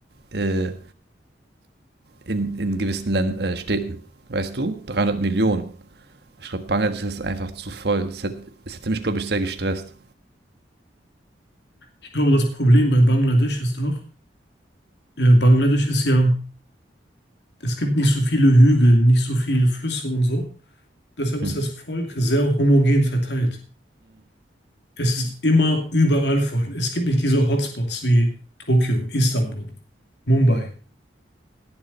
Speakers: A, on the right (about 60°); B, on the left (about 65°).
A: äh, in, in gewissen Län äh, Städten. Weißt du? dreihundert Millionen. Ich glaube, Bangladesch ist einfach zu voll. Es hätte, es hätte mich, glaube ich, sehr gestresst.
B: Ich glaube, das Problem bei Bangladesch ist doch, äh, Bangladesch ist ja, es gibt nicht so viele Hügel, nicht so viele Flüsse und so. Deshalb
A: Hm.
B: ist das Volk sehr homogen verteilt. Es ist immer überall voll. Es gibt nicht diese Hotspots wie Tokio, Istanbul, Mumbai.